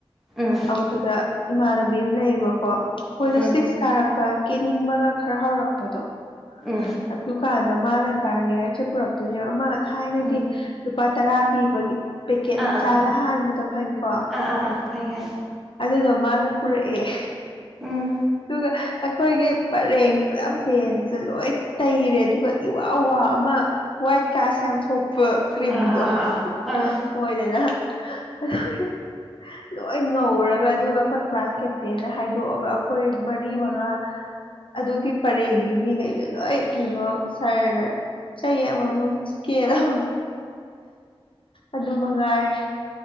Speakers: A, in the centre; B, on the left.
A: ꯎꯝ
B: ꯑꯧꯗꯨꯗ ꯏꯃꯥꯟꯅꯕꯤ ꯑꯝ ꯂꯩꯌꯦꯕꯀꯣ ꯑꯈꯣꯏꯗ
A: ꯎꯝ
B: ꯁꯤꯛꯁ ꯀꯥꯔꯛꯄ ꯀꯦꯅꯤꯡꯕꯒ ꯈꯔ ꯍꯧꯔꯛꯄꯗꯣ
A: ꯎꯝ
B: ꯑꯗꯨꯀꯥꯟꯗ ꯃꯥꯅ ꯒꯥꯔꯅꯤꯌꯥꯔꯁꯦ ꯄꯨꯔꯛꯇꯣꯏꯅꯦꯕ ꯑꯃ ꯊꯥꯏꯅꯒꯤ
A: ꯎꯝ
B: ꯂꯨꯄꯥ ꯇꯔꯥ ꯄꯤ ꯄꯤꯕꯒꯤ ꯄꯤꯀꯦꯠ
A: ꯑꯥ ꯑꯥ
B: ꯃꯆꯥꯗ ꯍꯥꯟꯕꯗꯣ ꯈꯪꯉꯤꯀꯣ
A: ꯑꯥ ꯑꯥ ꯑꯥ ꯑꯥ ꯈꯪꯉꯦ ꯈꯪꯉꯦ
B: ꯑꯗꯨꯗꯣ ꯃꯥꯅ ꯄꯨꯔꯛꯑꯦ
A: ꯎꯝ
B: ꯑꯗꯨꯒ ꯑꯈꯣꯏꯒꯤ ꯄꯔꯦꯡ ꯄꯨꯂꯞ ꯕꯦꯟꯇꯨ ꯂꯣꯏ ꯇꯩꯔꯦ ꯑꯗꯨꯒ ꯏ ꯏꯋꯥꯎ ꯋꯥꯎ ꯑꯃ ꯋꯥꯏꯠ ꯀꯥꯁ ꯌꯥꯝ ꯊꯣꯛꯄ ꯀ꯭ꯔꯤꯝꯗꯣ
A: ꯑꯥ ꯑꯥ ꯑꯥ ꯑꯥ ꯑꯥ
B: ꯑꯣꯏꯗꯅ <unintelligible> ꯂꯣ ꯂꯣꯏ ꯉꯧꯔꯒ ꯑꯗꯨꯒ ꯈꯣꯏ ꯀ꯭ꯂꯥꯁ ꯀꯦꯞꯇꯦꯟꯅ ꯍꯥꯏꯗꯣꯛꯑꯒ ꯑꯩꯈꯣꯏ ꯃꯔꯤ ꯃꯉꯥ ꯑꯗꯨꯒꯤ ꯄꯔꯦꯡꯒꯤ ꯃꯤꯒꯩꯗꯣ ꯂꯣꯏ ꯀꯩꯅꯣ ꯁ꯭ꯔꯅ ꯆꯩ ꯑꯃꯃꯝ ꯁ꯭ꯀꯦꯜ ꯑꯃꯃꯝ ꯑꯗꯨ ꯃꯉꯥꯏꯔꯦ